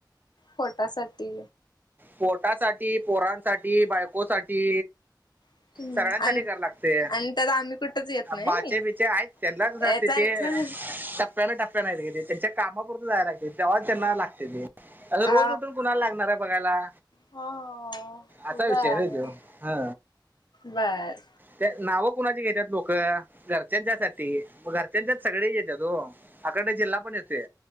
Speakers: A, on the left; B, on the right.
A: पोटासाठी
B: पोटासाठी पोरांसाठी बायकोसाठी
A: हम्म
B: सगळ्यांसाठी
A: आणि
B: घरा लागतेय
A: आणि त्यात आम्ही कुठच येत नाही
B: बाचे
A: नाही
B: बिचे आहेत त्यांनाच तिथे
A: चाल चल
B: टप्प्याने टप्प्या नाहीि त्यांच्या कामापुरत जायला लागते तेव्हा त्यांना लागते ते आता
A: अ
B: रोज उठून कुणाला लागणार आहे बघायला
A: हो
B: आताा
A: बर
B: विषय र तो हा
A: बर
B: त्या नाव कुणाची घेतात लोक घरच्यांच्या साठी मग घरच्यांच्याच सगळे येतात हो आाकडे जिल्हा पण येतोय